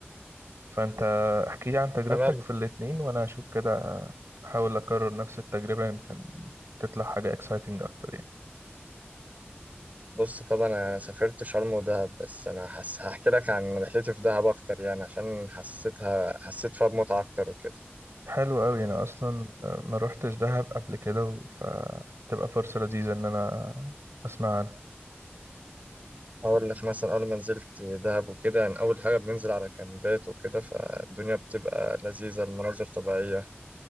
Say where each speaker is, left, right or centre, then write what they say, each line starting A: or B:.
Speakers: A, on the right; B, on the right.
A: فانت احكي لي عن تجربتك
B: تمام
A: في الاتنين وانا هشوف كده احاول اكرر نفس التجربة يمكن تطلع حاجة اكسايتنج اكتر يعني
B: بص طب انا سافرت شرم ودهب بس انا حس... هحكي لك عن رحلتي في دهب اكتر يعني عشان حسيتها حسيت فيها بمتعه اكتر وكده
A: حلو قوي انا اصلا ما روحتش دهب قبل كده و- فتبقى فرصة لذيذة ان انا اسمع عنها
B: فاقول لك مثلا اول ما نزلت دهب وكده يعني اول حاجه بننزل على كامبات وكده فالدنيا بتبقى لذيذه المناظر طبيعيه